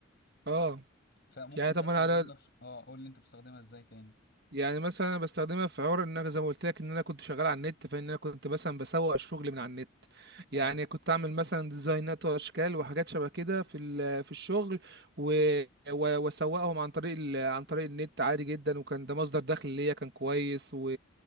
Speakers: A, on the right; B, on the left.
A: اه
B: فممكن
A: يعني طب
B: بقى استخدمها
A: ما انا
B: في ش... اه قول لي انت بتستخدمها ازاي تاني
A: يعني مثلا انا بستخدمها في حوار ان انا زي ما قلت لك ان انا كنت شغال على النت فان انا كنت مثلا بسوق شغلي من على النت يعني
B: اه
A: كنت اعمل مثلا ديزاينات واشكال وحاجات شبه كده في ال- في الشغل و و- واسوقهم عن طريق ال- عن طريق النت عادي جدا وكان ده مصدر دخل ليا كان كويس و